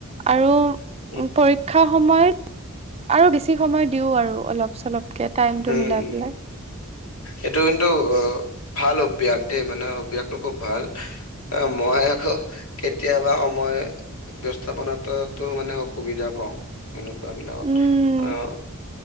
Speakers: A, on the right; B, on the left.
A: আৰু
B: <inaudible>
A: ওঁ পৰীক্ষা সময়ত আৰু বেছি সময় দিওঁ আৰু অলপ -চলপকে টাইমটো
B: উম
A: মিলাই
B: উম।
A: পেলাই।
B: এইটো কিন্তু অ, ভাল অভ্যাসদেই, মানে অভ্যাসটো খুব ভাল। অঁ, মই আকৌ কেতিয়াবা সময় ব্যৱস্থাপনাাতটো, মানে অসুবিধা পাওঁ। তেওঁলোক বা বিলাকত
A: উম
B: অঁ